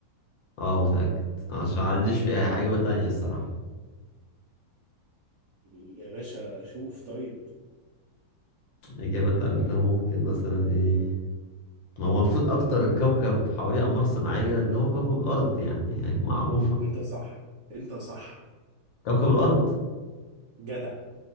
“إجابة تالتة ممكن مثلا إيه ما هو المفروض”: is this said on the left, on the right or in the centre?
Left